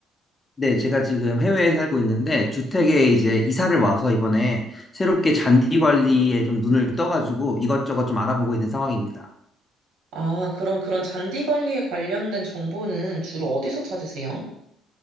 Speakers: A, on the left (about 20°); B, on the right (about 75°).
A: 네, 제가 지금 해외에 살고 있는데 주택에 이제 이사를 와서 이번에 새롭게 잔디 관리에 좀 눈을 떠가지고 이것저것 좀 알아보고 있는 상황입니다.
B: 아, 그럼 그런 잔디 관리에 관련된 정보는 주로 어디서 찾으세요?